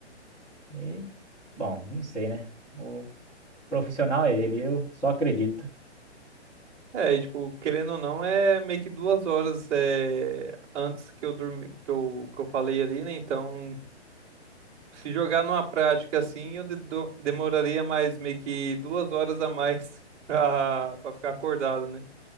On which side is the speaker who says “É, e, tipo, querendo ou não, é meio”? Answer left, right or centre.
Right